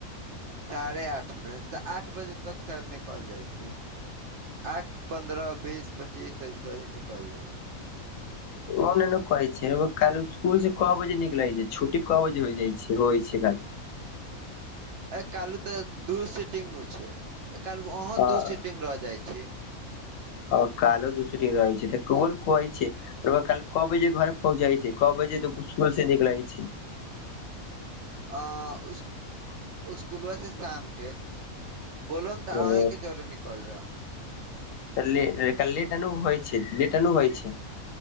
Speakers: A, on the right (about 65°); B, on the left (about 70°).
A: साड़े आठ में आठ बजे तक शायद निकल जाइ छी। आठ पन्द्रह बीस पच्चीस ऐसे ही निकल जाय छी।
B: ओ ना ना कहै छी रउआ कालि स्कूल से क बजे निकलै छै छुट्टी क बजे हो जाइ छै होइ छै कालि?
A: ए कहलो तऽ दू सीटिंग मे छै एकालगो अहूं
B: हँ
A: दू सीटिंग रह जाइ छी।
B: आ कालो दू सीटिंग रहै छै तऽ कोन कहै छै? रउआ कालि क बजे घर पहुँच जाइ छी क बजे त स्कूल से निकलै छी।
A: आ उस उस्कूलबा से शामके बलम तऽ
B: ओ
A: अहिके जरे निकल जाउ
B: तऽे लेटा अन होइ छै लेट अना होइ छै।